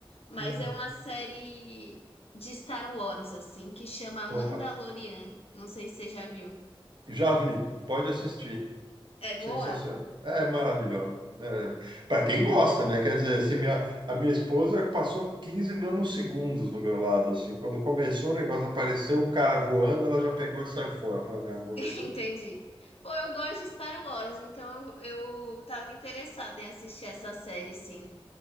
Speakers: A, on the left (about 85°); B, on the right (about 55°).
A: Mas
B: hum.
A: é uma série de Star Wars, assim, que chama Mandalorian.
B: Opa,
A: Não sei se você já viu.
B: já vi. Pode assistir.
A: É
B: Sensacional.
A: boa?
B: É maravilhoso. para quem gosta, né? Quer dizer, assim, minha, a minha esposa passou 15 nanosegundos do meu lado, assim. Quando começou o negócio, apareceu um cara voando, ela já pegou e saiu fora. Falei, não, não vou
A: <laughs>
B: ver isso
A: Entendi.
B: não.
A: Pô, eu gosto de Star Wars, então eu, eu tava interessada em assistir essa série, sim.